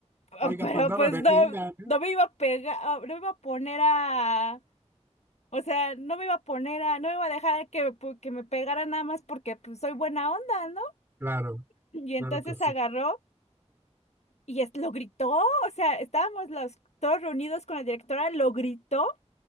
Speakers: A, on the left; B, on the right.
A: "Oh,
B: Oiga,
A: pero
B: pues no
A: pues
B: me defienda.
A: no,
B: ¿no?
A: no me iba a pegar, ah, no me iba a poner a, o sea, no me iba a poner a, no me iba a dejar que, pu- que me pegara nada más porque pues, soy buena onda, ¿no?
B: Claro,
A: Y
B: claro
A: entonces
B: que sí.
A: agarró y es- lo gritó, o sea, estábamos los todos reunidos con la directora, lo gritó